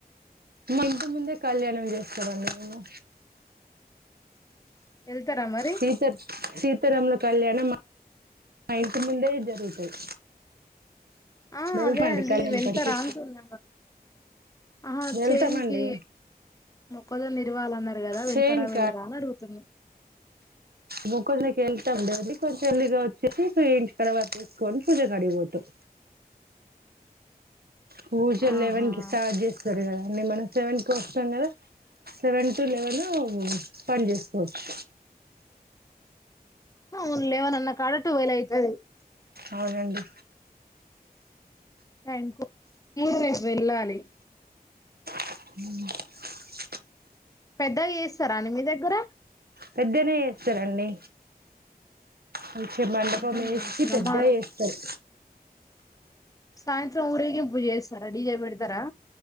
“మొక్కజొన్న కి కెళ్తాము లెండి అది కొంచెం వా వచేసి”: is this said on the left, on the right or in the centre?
Right